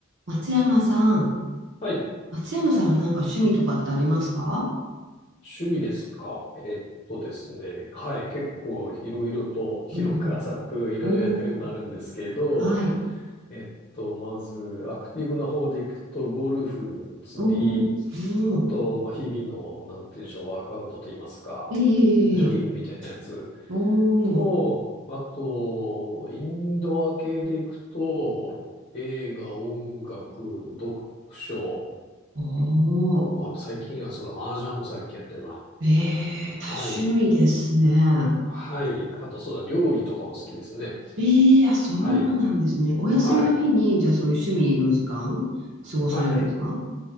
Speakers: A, on the right; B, on the left.
A: 松山さん。
B: はい。
A: 松山さんはなんか趣味とかってありますか
B: 趣味ですか。えっとですね。はい。結構いろいろと <laughs> 広く浅くいろいろやってるのあるんですけど、
A: うんうん。おー、はい。
B: えっと、まずアクティブな方でいくと、ゴルフ、釣り、
A: おー、おー、
B: あと、まあ、日々の、なんていうんでしょう、ワークアウトといいますか、
A: ええええええ
B: ジョギングみたいなやつ
A: お
B: と、
A: ー、
B: あと、インドア系でいくと、映画、音楽、読書、
A: おー、
B: あと最近はそうだ、麻雀も最近やってんな。
A: ええ多趣味ですね。
B: はい。はい。あと、そうだ、料理とかも好きですね。
A: ええあ、そうなんですね。
B: はい。
A: お休みの日に、
B: はい。
A: じゃあそういう趣味の時間、過ごされるんですか
B: はい。